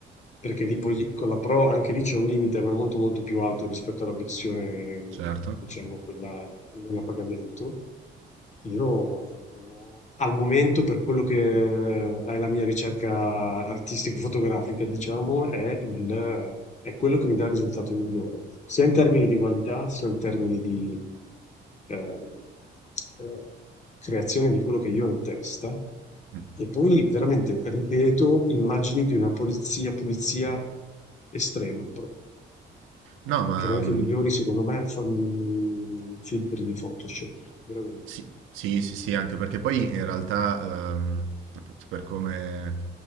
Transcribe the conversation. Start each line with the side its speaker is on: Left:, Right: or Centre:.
Left: perché lì poi con la Pro anche lì c'è un limite, ma è molto molto più alto rispetto alla versione,
Right: certo.
Left: diciamo, quella non a pagamento. Io non ho- al momento, per quello che è la mia ricerca artistico-fotografica, diciamo, è, il- è quello che mi dà il risultato migliore, sia in termini di qualità, sia in termini di, ehm, ehm, creazione di quello che io ho in testa.
Right: Mh.
Left: E poi veramente ripeto immagini di una polizia, pulizia estrema, proprio,
Right: No, ma,
Left: che neanche
Right: mhmm
Left: i migliori, secondo me, fanno filtri di Photoshop, veramente,
Right: Sì, sì, sì, sì, anche perché poi in realtà, ehm, appunto, per come,